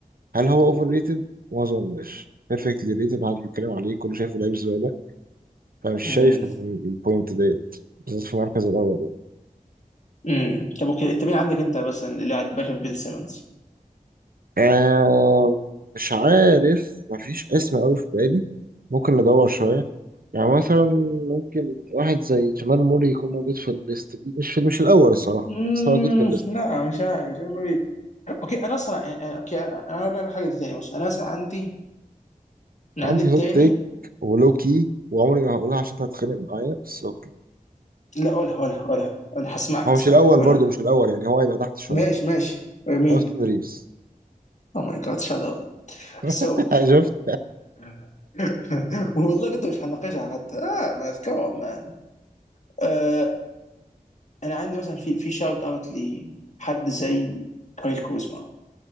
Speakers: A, on the right; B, on the left.
A: هل هو اوفر ريتد ما اظنش بيرفكتلي ريتد محدش بيتكلم عليه كله شايفه لعيب زباله فمش شايف
B: امم
A: إن البوينت ديت بالذات في المركز الاول
B: امم طب اوكي انت مين عندك انت بس اللي قاعد باغي بين سيمونز
A: آه مش عارف مفيش اسم أوي في بالي ممكن ندور شوية يعني مثلا ممكن واحد زي جمال موري يكون موجود في الليست دي مش في مش الأول الصراحة
B: مم،
A: بس هو أكيد في الليست
B: لا مش عارف يعني ما بي- اوكي انا اصلا يعني يعني اوكي انا اقول لك حاجه تاني بص انا اصلا عندي انا
A: عندي
B: عندي التاني
A: هوت تيك ولوكي وعمري ما هقولها عشان أنت هتتخانق معايا بس أوكي
B: لا قولها قولها قولها انا هسمعك
A: هو
B: هسمعك
A: مش الأول
B: قولها
A: برضه مش الأول يعني هو هيبقى تحت شوية
B: ماشي ماشي مين
A: أوستن ريفز
B: او ماي جاد شات اب
A: <laughs>
B: سو
A: شفت
B: <laughs> والله كنت مش هناقشها حتى اه بس كمان مان آه انا عندي مثلا في في شاوت اوت لحد زي كاري كوزما